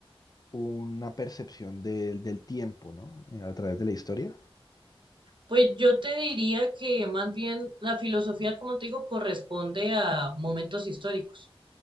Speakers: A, on the left; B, on the right.
A: una percepción del del tiempo, ¿no? Eh, A través de la historia.
B: Pues yo te diría que más bien la filosofía, como te digo, corresponde a momentos históricos.